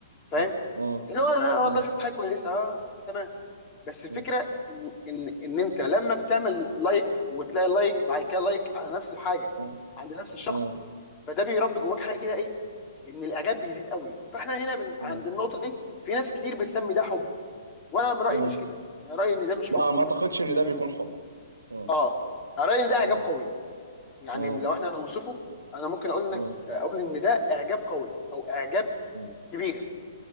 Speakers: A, on the left; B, on the right.
A: فاهم
B: مم.
A: اللي هو انا
B: مم.
A: والله شفت حاجه كويسه آه، تمام بس الفكره
B: مم.
A: ان ان ان انت لما بتعمل لايك وتلاقي لايك بعد كده لايك على نفس الحاجه
B: مم.
A: عند نفس الشخص
B: مم.
A: فده بيربي جواك حاجه كده ايه ان الاعجاب بيزيد قوي فاحنا هنا بن... عند
B: مم.
A: النقطه دي في ناس كتير بتسمي ده حب وانا من رايي
B: مم.
A: مش كده يعني رايي ان ده مش
B: لا
A: حب
B: ما اعتقدش ان ده بيكون حب مم.
A: اه أنا رايي ان ده اعجاب
B: مم.
A: قوي يعني
B: مم.
A: لو احنا نوصفه انا ممكن اقول انك
B: مم.
A: اقول ان ده اعجاب قوي او اعجاب
B: مم.
A: كبير